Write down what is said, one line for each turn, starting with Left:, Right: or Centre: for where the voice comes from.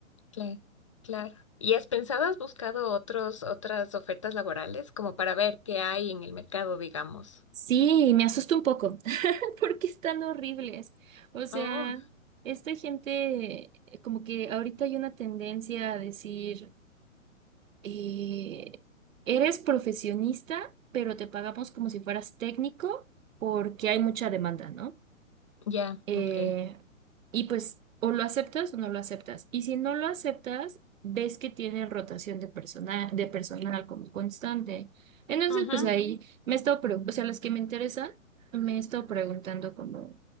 Left: claro, claro. ¿Y has pensado, has buscado otros, otras ofertas laborales como para ver qué hay en el mercado, digamos?
Right: Sí, me asusta un poco <laughs> porque están horribles. O sea,
Left: Oh,
Right: esta gente, eh, como que ahorita hay una tendencia a decir, eh, eres profesionista, pero te pagamos como si fueras técnico porque hay mucha demanda, ¿no?
Left: ya,
Right: Eh,
Left: ok.
Right: y pues o lo aceptas o no lo aceptas. Y si no lo aceptas, ves que tiene rotación de personal, de personal como constante. Entonces,
Left: Ujú,
Right: pues ahí me he estado, pregu- o sea, las que me interesan, me he estado preguntando como,